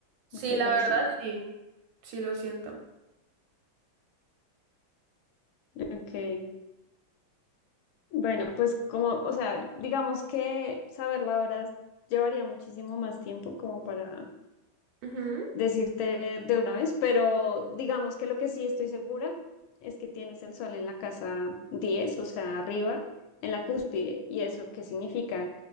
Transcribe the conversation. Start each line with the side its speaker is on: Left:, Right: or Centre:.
Right: Sí,
Left: lo que
Right: la
Left: parece.
Right: verdad, sí. Sí, lo siento.
Left: Ok. Bueno, pues como, o sea, digamos que saber la hora llevaría muchísimo más tiempo como para
Right: Ujú.
Left: decirte de una vez, pero digamos que lo que sí estoy segura es que tienes el sol en la casa 10, o sea, arriba, en la cúspide. ¿Y eso qué significa?